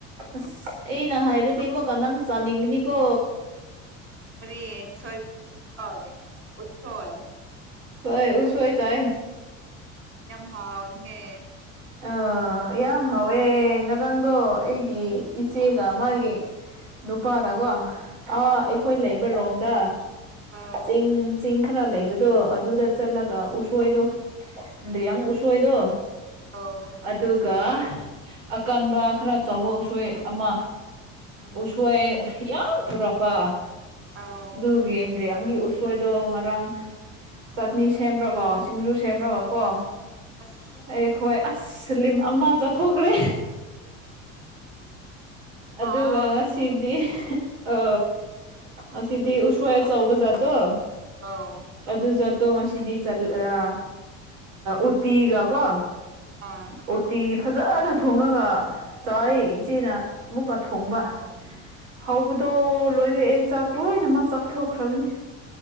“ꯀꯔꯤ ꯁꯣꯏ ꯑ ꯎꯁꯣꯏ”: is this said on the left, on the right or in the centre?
Right